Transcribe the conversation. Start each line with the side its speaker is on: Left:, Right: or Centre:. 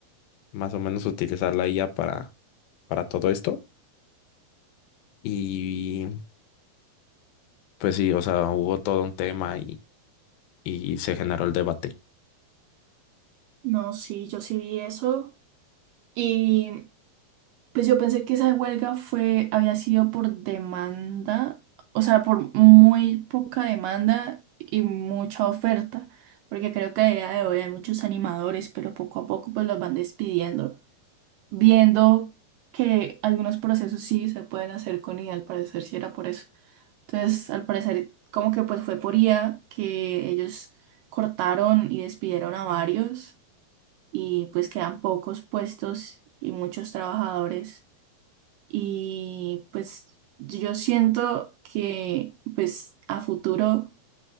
Left: más o menos utilizar la IA para, para todo esto. Y pues sí, o sea, hubo todo un tema y, y se generó el debate.
Right: No, sí, yo sí vi eso. Y pues yo pensé que esa huelga fue, había sido por demanda, o sea, por muy poca demanda y mucha oferta, porque creo que a día de hoy hay muchos animadores, pero poco a poco pues los van despidiendo, viendo que algunos procesos sí se pueden hacer con IA, al parecer sí era por eso. Entonces, al parecer como que pues fue por IA que ellos cortaron y despidieron a varios. y pues quedan pocos puestos y muchos trabajadores y pues yo siento que pues a futuro